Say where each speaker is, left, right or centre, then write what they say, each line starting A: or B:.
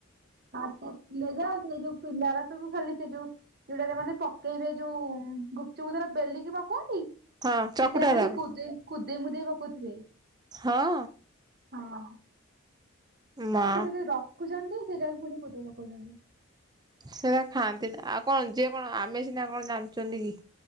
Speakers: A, on the right; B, on the right.
A: ହଁ ସେ ପ ସେ ଯୋଉ ପିଲାର ସବୁ ଖାଲି ସେ ଯୋଉ। ଯୁଡାରେ ମାନେ ପକେଇବେ ଯୋଉ ଗୁପଚୁପୁର ବେଲିକି ପକନ୍ତି।
B: ହଁ ଚକୁଟାରାକ
A: ସେଟା ଖାଲି କୁଦେଇ କୁଦେଇ ମୁଦେଇ ପକଉଥିବେ।
B: ହଁ।
A: ହଁ।
B: ମା
A: ଆମେ ସେଠି ରଖୁଛନ୍ତି ସେଟା ପୁଣି ପୋତେଇ ପକାଉଛନ୍ତି।
B: ସେଟା ଖାଆନ୍ତିନି ଆଉ କଣ ଯିଏ କଣ ଆମେ ସିନା କଣ ଜାଣିଛନ୍ତି କି।